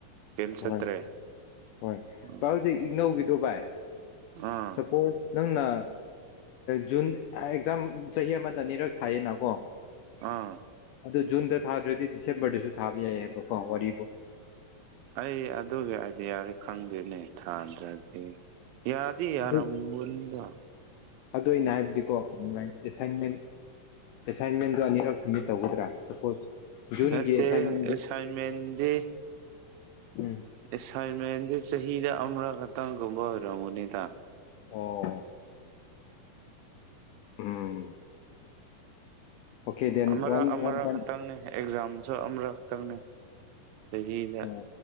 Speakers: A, on the right; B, on the left.
A: ꯀꯩꯝ
B: ꯍꯣꯏ
A: ꯆꯠꯇ꯭ꯔꯦ
B: ꯍꯣꯏ
A: ꯎꯝ
B: ꯚ ꯍꯧꯖꯤꯛ ꯏꯅꯧꯒꯤꯗꯣ ꯚꯥꯏ
A: ꯑꯥ
B: ꯆꯄꯣ ꯅꯪꯅ ꯖꯨꯟ ꯑꯦꯛꯖꯥꯝ ꯆꯍꯤ ꯑꯃꯗ ꯑꯅꯤꯔꯛ ꯊꯥꯏꯌꯦꯅꯀꯣ
A: ꯑꯥ
B: ꯑꯗꯨ ꯖꯨꯟꯗ ꯊꯥꯗ꯭ꯔꯗꯤ ꯗꯤꯁꯦꯝꯕꯔꯗꯁꯨ ꯊꯥꯕ ꯌꯥꯏꯑꯕꯀꯣ ꯋꯥꯔꯤꯕꯨꯣ
A: ꯑꯩ ꯑꯗꯨꯒꯤ ꯑꯥꯏꯗꯤꯌꯥꯗꯤ ꯈꯪꯗꯦꯅꯦ ꯊꯥꯗ꯭ꯔꯗꯤ ꯌꯥꯗꯤ ꯌꯥꯔꯝꯕꯗꯣ
B: ꯑꯗꯨ ꯑꯗꯨ ꯑꯩꯅ ꯍꯥꯏꯕꯗꯤꯀꯣ ꯑꯦꯁꯥꯏꯟꯃꯦꯟ ꯑꯦꯁꯥꯏꯟꯃꯦꯟꯗ ꯑꯅꯤꯔꯛ ꯁꯃꯤꯠ ꯇꯧꯒꯗ꯭ꯔꯥ ꯁꯄꯣꯁ ꯖꯨꯟꯒꯤ
A: ꯅꯠꯇꯦ
B: ꯑꯦꯁꯥꯏꯟꯃꯦꯟꯗꯨ
A: ꯑꯁꯥꯏꯟꯃꯦꯟꯗꯤ
B: ꯎꯝ
A: ꯑꯁꯥꯏꯟꯃꯦꯟ ꯆꯍꯤꯗ ꯑꯃꯔꯛ ꯈꯛꯇꯪꯒꯨꯝꯕ ꯑꯣꯏꯔꯝꯒꯅꯤꯗ
B: ꯑꯣ ꯎꯝ ꯑꯣꯀꯦ ꯗꯦꯟ
A: ꯑꯃꯔ
B: ꯋꯥꯟ
A: ꯑꯃꯔꯥ
B: ꯋꯥꯟ ꯄꯣꯏꯟ
A: ꯈꯛꯇꯪꯅꯦ ꯑꯦꯛꯖꯥꯝ ꯁ ꯑꯃꯨꯔꯛꯇꯪꯅꯤ ꯆꯍꯤꯗ
B: ꯑꯣ